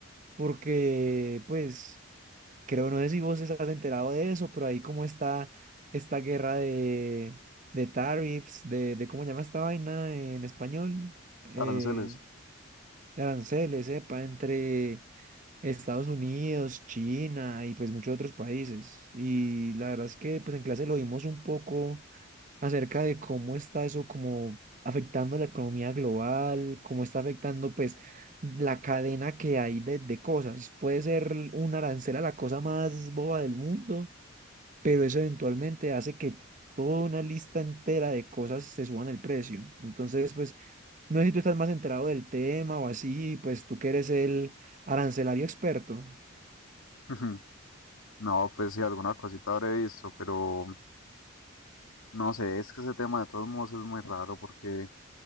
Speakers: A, on the right; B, on the left.
A: porque pues creo, no sé si vos estás enterado de eso, pero ahí como está esta guerra de, de tariffs, de, de cómo se llama esta vaina en español, eh,
B: aranceles.
A: de aranceles, sepa, entre Estados Unidos, China y pues muchos otros países. Y la verdad es que pues en clase lo vimos un poco acerca de cómo está eso como afectando la economía global, cómo está afectando pues la cadena que hay de, de cosas. Puede ser un arancel a la cosa más boba del mundo, pero eso eventualmente hace que toda una lista entera de cosas se suban el precio. Entonces, pues, no sé si tú estás más enterado del tema o así, pues tú que eres el arancelario experto.
B: Ujú. No, pues sí, alguna cosita habré visto, pero no sé, es que ese tema de todos modos es muy raro porque